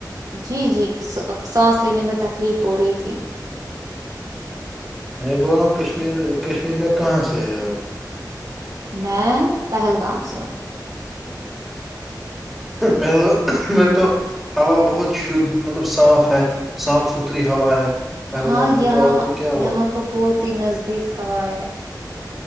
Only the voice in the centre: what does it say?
میں بول رہا ہوں کشمیر کشمیر میں کہاں سے ہے آپ
پہل میں تو ہوا بہت شھ مطلب صاف ہے صاف ستھری ہا ہے پہلگامں
میں
تو آپ کو کیا ہوا